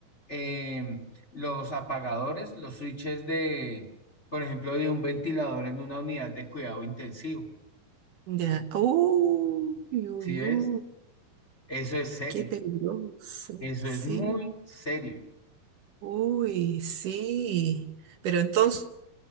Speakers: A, on the left; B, on the right.
A: eh, los apagadores, los switches de, por ejemplo, de un ventilador en una unidad de cuidado intensivo.
B: Ya. Uy,
A: ¿Sí
B: uy,
A: ves?
B: uy,
A: Eso es serio.
B: qué peligroso,
A: Eso
B: sí.
A: es muy serio.
B: Uy, sí, pero entonces